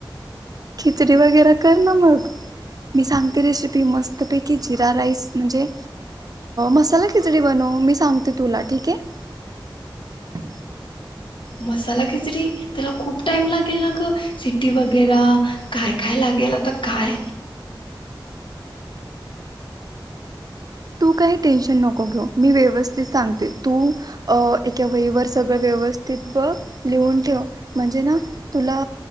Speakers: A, on the right; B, on the left.
A: खिचडी वगैरे कर ना मग. मी सांगते रेसिपी मस्तपैकी जिरा राईस म्हणजे मसाला खिचडी बनव मी सांगते तुला ठीक आहे.
B: मसाला खिचडी त्याला खूप टाइम लागेल ना ग? सिट्टी वगैरा, काय काय लागेल? केला तर काय,
A: <inaudible> तू काही टेन्शन नको घेऊ, मी व्यवस्थित सांगते तू एका वही वर सगळ व्यव व्यवस्थित बघ लिहून ठेव म्हणजे ना तुला